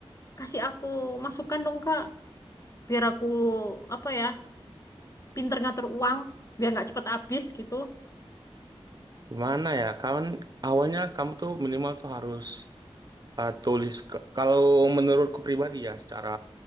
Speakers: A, on the left; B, on the right.
A: Kasih aku masukan dong, Kak. Biar aku, apa ya, pinter ngatur uang. Biar nggak cepet habis gitu.
B: gimana ya? Kan awalnya kamu tuh minimal tuh harus eh, tulis. ke- kalau menurutku pribadi ya, secara